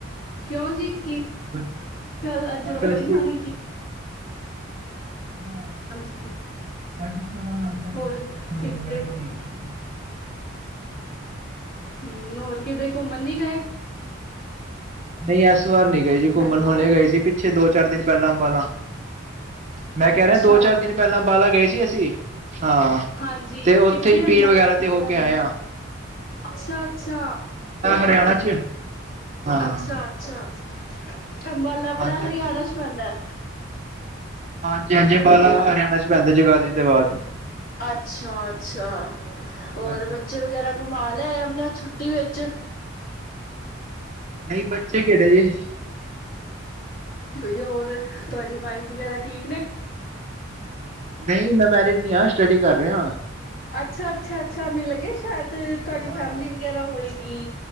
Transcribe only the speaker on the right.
ਬਸ
ਵੈਸੇ
ਨਾ
ਅੱਜ ਥੋੜਾ ਮੰਨ ਜਾ ਨੀ
ਸੀ, ਤਬੀਅਤ
ਵਗੈਰਾ
ਵੀ ਠੀਕ ਨੀ ਸੀ।
ਹਾਂਜੀ।
ਨਈ ਏਸ ਵਾਰ ਨੀ ਗੇਜੀ ਘੁੰਮਣ
ਹੁਣੇ ਗਏ ਸੀ ਪਿੱਛੇ ਦੋ ਚਾਰ ਦਿਨ ਪੈਲਾਂ ਅਬਾਲਾਂ। ਮੈਂ
ਕੈ ਰੇਯਾ ਦੋ, ਚਾਰ ਦਿਨ ਪੈਲਾਂ ਅੰਬਾਲਾ ਗੇ ਸੀ ਅਸੀਂ। ਹਾਂ
ਤੇ ਔਥੇ
ਈ ਪੀਰ
ਵਗੈਰਾ
ਤੇ ਹੋ ਕੇ
ਆਏ ਆਂ।
ਹਰਿਆਣਾ ਚ ਹਾਂ
ਹਾਂ
ਹਾਂਜੀ ਹਾਂਜੀ
ਹਾਂਜੀ -ਹਾਂਜੀ ਅਬਾਂਲਾ ਹਰਿਆਣਾ ਚ ਪੈਂਦਾ ਜਗਾਦਰੀ ਤੋ ਬਾਅਦ
ਹਾਂਜੀ
ਹਾਂਜੀ
ਨ ਈ ਬੱਚੇ ਖੇਡਦੇ
ਨਈ ਮੈਂ ਮੈਰਿਡ ਨੀ ਆ ਸਟੱਡੀ ਕਰ ਰਿਆ
ਹਾਂ